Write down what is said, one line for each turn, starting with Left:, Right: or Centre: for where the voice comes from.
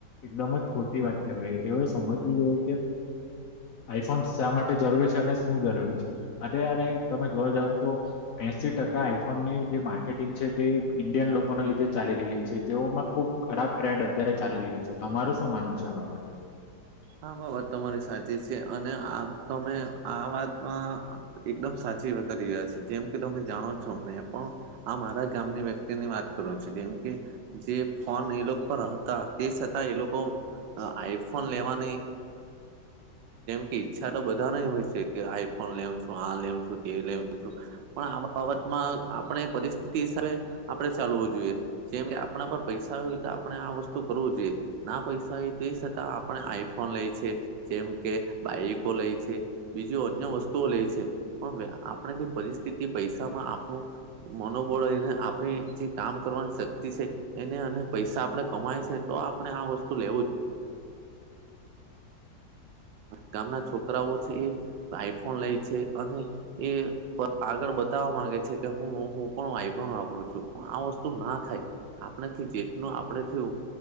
Left: એકદમ જ ખોટી વાત કહેવાય. તેઓ સમજવી જોઈએ કે આઈફોન શા માટે જરૂરી છે અને શું જરૂરી છે અને અરે તમે જોવા જાવ તો એસી ટકા આ ફોનની જે માર્કેટિંગ છે તે ઇન્ડિયન લોકોના લીધે ચાલી રહી છે જેઓમાં ખૂબ ખરાબ ટ્રેડ અત્યારે ચાલી રહ્યો છે, તમારું શું માનવું છે આ બાબતે?
Right: હા, બાબત તમારી સાચી છે અને આમ તમે આ વાતમાં એકદમ સાચી વાત કરી રહ્યા છે. જેમ કે તમે જાણો છો મેં પણ આ મારા ગામની વ્યક્તિની વાત કરો છો જેમ કે જે ફોન એ લોકો પર હતા. તે છતાં એ લોકો આઈફોન લેવાન <inaudible> જેમ કે ઈચ્છા તો બધા હોય છે કે આઈ ફોન લેઉ છું. આ લેઉ છું. એ લેમ તો પણ આ બાબતમાં આપણે પરિસ્થિતિ હિસાબે આપણે ચાલવું જોઈએ જેમ કે આપણા પર પૈસા હોય તો આપણે આ વસ્તુ કરવું જોઈએ ના પૈસા હોય તો છતાં આપણે આઈ ફોન લે છે, જેમ કે બાઈકો લે છે બીજું અન્ય વસ્તુઓ લે છે. પણ આપણે જે પરિસ્થિતિ પૈસામાં આપણું મનોબળ રહીને આપણે જે કામ કરવાની શક્તિ છે. એને અને પૈસા આપડે કમાય છે તો આપણે આ વસ્તુ લેવું જ ગામના છોકરાઓ છે એ આઈ ફોન લે છે અને એ આગળ બતાવવા માંગે છે કે હું પણ આઈ ફોન વાપરું છું, પણ આ વસ્તુ ના થાય. આપણાથી જેતનું આપણેથી